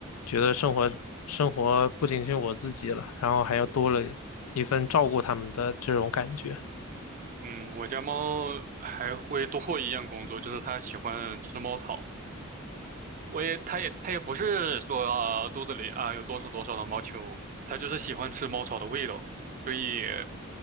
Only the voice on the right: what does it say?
嗯，我家猫还会多一样工作，就是它喜欢吃猫草。我也，它也，它也不是说、啊肚子里啊有多少多少的毛球，它就是喜欢吃猫草的味道，所以